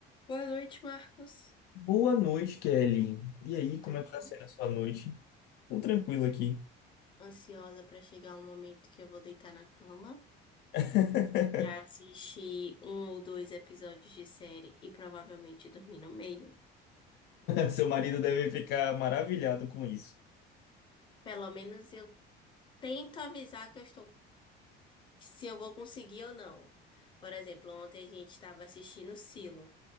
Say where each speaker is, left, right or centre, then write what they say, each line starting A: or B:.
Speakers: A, on the left (about 25°); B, on the left (about 60°).
A: Boa noite, Marcos.
B: Boa noite, Kelly. E aí,
A: Tudo
B: como é que tá
A: bom?
B: sendo a sua noite? Tô tranquilo aqui.
A: Ansiosa para chegar um momento que eu vou deitar na cama
B: <laughs>
A: para assistir um ou dois episódios de série e provavelmente dormir no meio.
B: Seu marido deve ficar maravilhado com isso.
A: Pelo menos eu tento avisar que eu estou, se eu vou conseguir ou não. Por exemplo, ontem a gente estava assistindo Silo